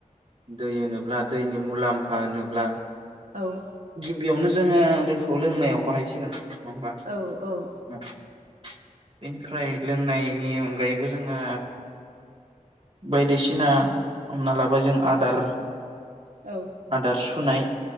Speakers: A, on the right; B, on the right.
A: दै होनोब्ला दैनि मुलाम्फा होनोब्ला
B: औ
A: गिबियावनो जोङो दैखौ लोंनायाव बाहायसिगोन नङा होमबा?
B: आरो औ
A: बेनिफ्राय लोंनायनि अनगायैबो जोङो बायदिसिना हमना लाबाय जों आदार
B: औ
A: आदार सुनाय